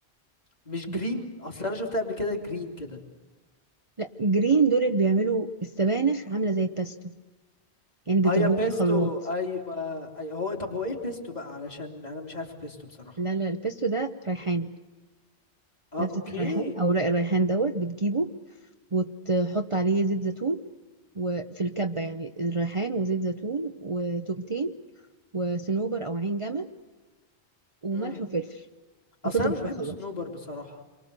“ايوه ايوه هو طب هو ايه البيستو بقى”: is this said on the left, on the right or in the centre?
Left